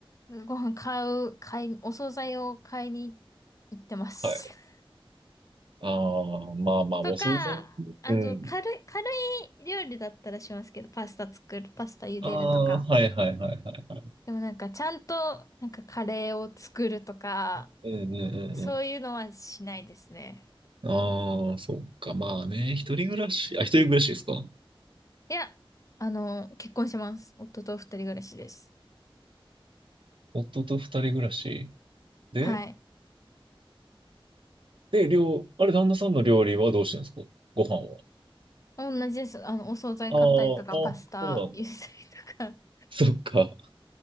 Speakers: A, on the left; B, on the right.
A: ご飯買う、買い、お惣菜を買いに行ってます。
B: はい。
A: <laughs>
B: ああ、まあまあ、
A: とか、
B: お惣菜。
A: あと、
B: うん。
A: 軽い、軽い料理だったらしますけど、パスタ作る、パスタ茹でるとか。
B: ああ、はいはいはいはい。
A: でもなんか、ちゃんと、なんかカレーを作るとか、
B: うんうんうん
A: そういうのはしないですね。
B: うん。ああ、そっか。まあね、一人暮らし、あ、一人暮らしですか。
A: いや、あの、結婚します。夫と二人暮らしです。
B: 夫と二人暮らし。で、
A: はい。
B: で、料、あれ、旦那さんの料理はどうしてるんですかご飯は。
A: 同じです。あの、お惣菜買ったりとか、
B: ああ、あ、そうなんだ。
A: パスタ茹でたりとか。
B: そっか。